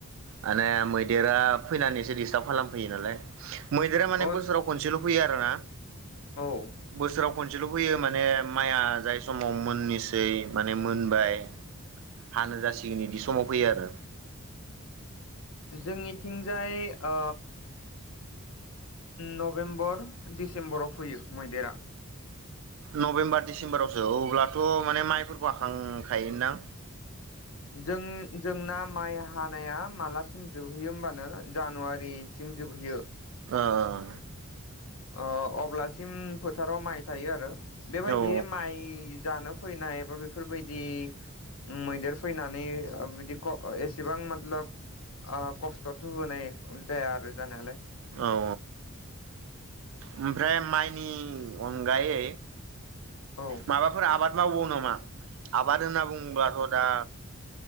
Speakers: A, on the right; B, on the left.
A: हानाय माने मैदेरा फैनानै एसे डिस्टार्ब खालाम फैयो नालाय मैदेर माने
B: अ
A: बोसोराव खसेल' फैयो आरोना
B: औ
A: बोसोराव खनसेल' फैयो माने माइआ जाय समाव मोननिसै माने मोनबाय हानो जासिगोन इदि समाव फैयो आरो
B: जोंनिथिंजाय ओ नभेम्बर डिसेम्बराव फैयो मैदेरा
A: नभेम्बर डिसेम्बरावसो अब्लाथ' माने माइफोरखौ हाखांखायोदां
B: जों जोंना माइ हानाया मालासिम जोबहैयो होमबानो जानुवारिसिम जोबहैयो
A: ओ ओ
B: ओ अब्लासिम फोथाराव माइ थायो आरो बेबायदि
A: औ
B: माइ जानो फैनाय बा बेफोरबायदि मैदेर फैनानै बिदि क एसेबां मातलब ओ खस्थ' थ' होनाय जाया आरो जानायालाय
A: औ ओमफ्राय माइनि अनगायै
B: औ
A: माबाफोर आबाद मावो नामा आ बाद होनना बुङोब्लाथ' दा